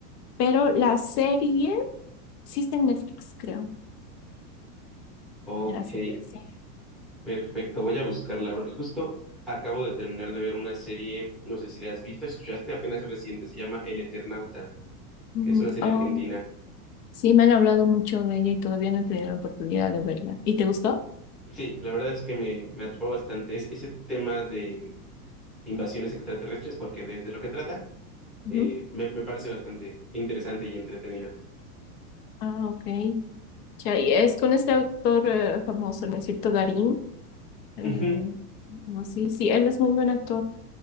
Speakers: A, on the left (about 80°); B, in the centre.
A: Pero la serie sí está en Netflix, creo.
B: Ok.
A: Así que sí.
B: Perfecto, voy a buscarla, porque justo acabo de terminar de ver una serie, no sé si la has visto, escuchaste apenas es reciente, se llama El Eternauta,
A: Mm,
B: que es una serie
A: oh,
B: argentina.
A: sí, me han hablado mucho de ella y todavía no he tenido la oportunidad de verla. ¿Y te gustó?
B: Sí, la verdad es que me, me atrapó bastante es- ese tema de invasiones extraterrestres, porque desde lo que trata,
A: Ujú.
B: eh, me, me parece bastante interesante y entretenido.
A: Ah, ok. Ya, y es con este actor eh, famoso, ¿no es cierto? Darín. Eh,
B: Ujú,
A: no, sí, sí, él es muy buen actor.